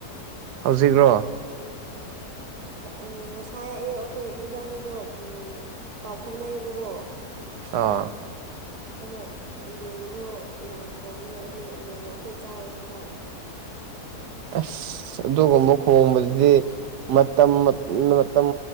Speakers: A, on the right (about 85°); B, on the right (about 50°).
A: ꯍꯧꯖꯤꯛ꯭ꯔꯣ
B: ꯎ ꯉꯁꯥꯏ ꯑꯌꯨ ꯑꯩꯈꯣꯏ ꯏꯕꯥꯅꯤꯗꯣ ꯄꯥꯎ ꯐꯥꯎꯅꯩꯌꯦꯕꯀꯣ
A: ꯑꯥ
B: ꯑꯗꯣ ꯌꯦꯟꯟꯅꯣ ꯌꯥꯝ ꯈꯣꯡꯉꯦ ꯑꯗꯨꯅ ꯅꯣꯡꯃ ꯑꯩꯈꯣꯏ ꯆꯥꯔꯨꯁꯤꯔꯥ
A: ꯑꯁ ꯑꯗꯨꯒꯨꯝꯕ ꯈꯣꯡꯝꯕꯗꯨꯗꯤ ꯃꯇꯝ ꯃꯇꯝ